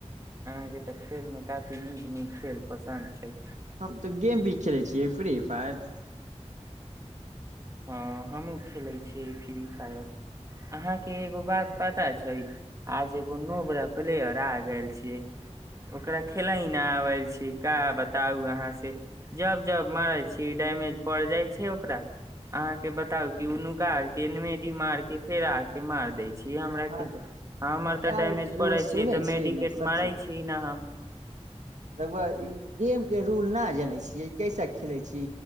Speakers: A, on the right; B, on the right.
A: अहाँ के तऽ खेल मे काफी नीक नीक खेल पसन्द छै
B: हम तऽ गेम भी खेलैय छियै फ्री फायर
A: हँ हमहूँ खेलैत छियै फ्री फायर अहाँके एगो बात पता छै आज एगो नओ बोड़ा प्लेयर आ गेल छियै ओकरा खेलय नहि आबल छी का बताउ अहाँ से जब जब मारै छी डैमेज पड़ जाइ छै ओकरा अहा के बताउ क उ नुका के नमेदी मार के फेर आ के मार देई छी हमरा
B: हँ
A: के हमर तऽ
B: यार
A: डैमेज
B: रउआ
A: पड़े
B: सुनै
A: छै तऽ
B: छियै
A: मेडिकेट
B: ने सचे
A: मारै छी ने हम
B: रउआ ई गेम के रूल न जानै छीयै कैसा खेले छी